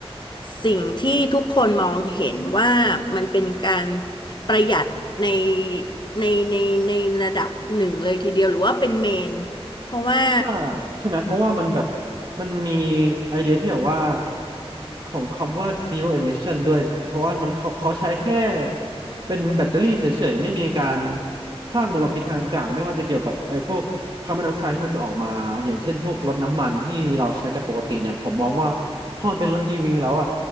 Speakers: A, on the left; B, on the right.
A: สิ่งที่ทุกคนมองเห็นว่ามันเป็นการ ประหยัดในในในในระดับหนึ่งเลยทีเดียวหรือว่าเป็นเมนเพราะว่า
B: ใช่ใช่ไหมเพราะว่ามันแบบมันมีไอเดียที่แบบว่าของคำว่า zero emission ด้วยเพราะว่ามันเขาเขาใช้แค่เป็นแบตเตอรี่เฉยๆไม่มีการสร้างมลพิษทางอากาศไม่ว่าจะเกี่ยวกับไอพวกคาร์บอนไดออกไซด์ที่มันจะออกมาอย่างเช่นพวกรถน้ำมันที่เราใช้กันปกติเนี่ยผมมองว่าพอมันเป็นรถ EV แล้วอ่ะ